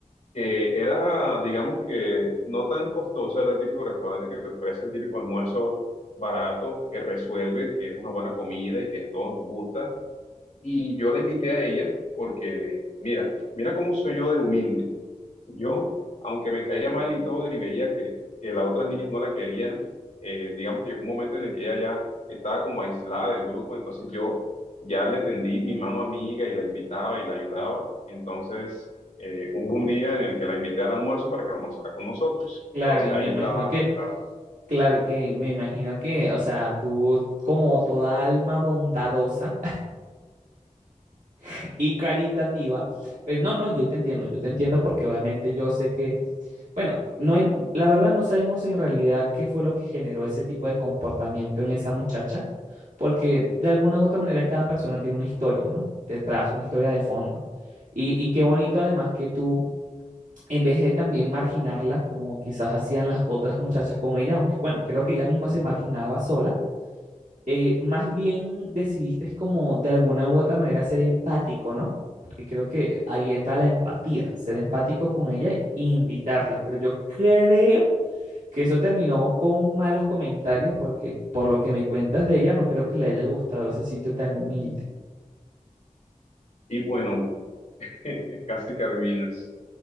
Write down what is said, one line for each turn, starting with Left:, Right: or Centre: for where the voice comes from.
Left: que era, digamos que, no tan costoso, era el típico restaurante que te ofrece el típico almuerzo barato, que resuelve, que es una buena comida y que a todos nos gusta. Y yo la invité a ella porque, mira, mira cómo soy yo de humilde. Yo, aunque me caía mal y todo, y veía que, que las otras niñas no la querían, eh, digamos que llegó un momento en el que ella ya estaba como aislada del grupo, entonces yo ya le tendí mi mano amiga y la invitaba y la ayudaba. Entonces, eh, hubo un día en el que la invité al almuerzo para que almorzara con nosotros.
Right: Claro,
Left: Entonces
Right: y
Left: ahí
Right: me imagino
Left: estaba
Right: que,
Left: sentada.
Right: claro, que me imagino que, o sea, tú como toda alma bondadosa <laughs> y caritativa, pues no, no, yo te entiendo, yo te entiendo porque obviamente yo sé que Bueno, no en- la verdad no sabemos en realidad qué fue lo que generó ese tipo de comportamiento en esa muchacha, porque de alguna u otra manera cada persona tiene una historia, ¿no? Detrás, una historia de fondo. Y, y qué bonito además que tú, en vez de también marginarla, como quizás hacían las otras muchachas con ella, aunque bueno, creo que ella misma se marginaba sola, eh, más bien decidiste como de alguna u otra manera ser empático, ¿no? Porque creo que ahí entra la empatía, ser empático con ella e invitarla. Pero yo creo que eso terminó con malos comentarios porque por lo que me cuentas de ella, no creo que le haya gustado ese sitio tan humilde.
Left: Y bueno, <laughs> casi que adivinas.